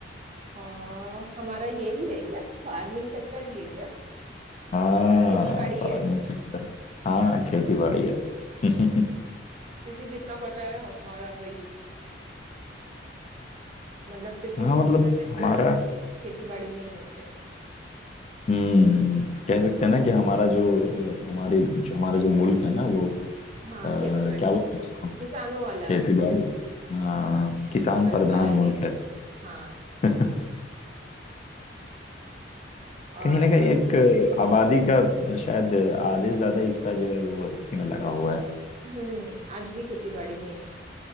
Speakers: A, on the right; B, on the left.
A: और हमारा यही है क्या फार्मिंग सेक्टर ही है क्या
B: हाँ
A: खेती बाड़ी
B: फार्मिंग
A: है
B: सेक्टर हाँ खेती बाड़ी है <laughs>
A: क्योंकि जितना पता है हमारा वही है मतलब फिफ्टी
B: हाँ
A: सिक्सटी
B: मतलब
A: परसेंट
B: हमारा
A: तो सब खेती बाड़ी में ही होते हैं
B: हम्म कह सकते हैं ना कि हमारा जो अ, हमारे जो हमारा जो मुल्क है ना वो
A: हाँ
B: अ, क्या
A: खेती बाड़ी
B: बोलते हैं उसको
A: किसानों वाला
B: खेती
A: है
B: बाड़ी हाँ किसान
A: किसानों
B: प्रधान
A: वाला
B: मुल्क
A: देश
B: है
A: है हाँ
B: <laughs>
A: ये- और
B: कहीं ना कहीं
A: अ,
B: एक अ, आबादी का अ, शायद आधे से ज्यादा हिस्सा जो है वो इसी में लगा हुआ है
A: हम्म आज भी खेती बाड़ी में ही है